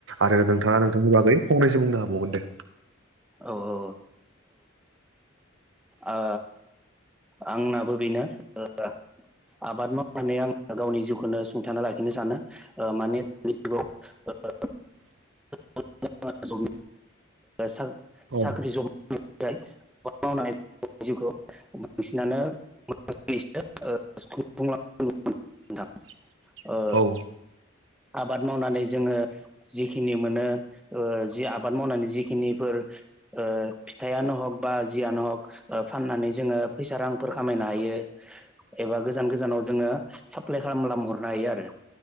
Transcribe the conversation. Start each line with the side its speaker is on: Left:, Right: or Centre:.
Right: आरो नोंथाङा नोंथांनि बागै फंनैसो बुंनो हाबावगोन दे
Centre: औ औ ओ आंनाबो बेनो ओ आबाद मावनानै आं गावनि जिउखौनो सुंथाना लाखिनो सानो ओ माने बे जुगाव ओ
Right: <inaudible>
Centre: <unintelligible> ओ सा
Right: औ
Centre: साख्रि जब आबाद मावनानै जिउखौ बांसिनानो <unintelligible>
Right: <inaudible>
Centre: नोंथां ओ
Right: औ
Centre: आबाद मावनानै जोङो जिखिनि मोनो ओ जि आबाद मावनानै जिखिनिफोर ओ फिथाइयानो हग बा जियानो हग ओ फाननानै जोङो फैसा रांफोर खामायनो हायो एबा गोजान गोजानाव जोङो साफ प्लाइ खालामना हरनो हायो आरो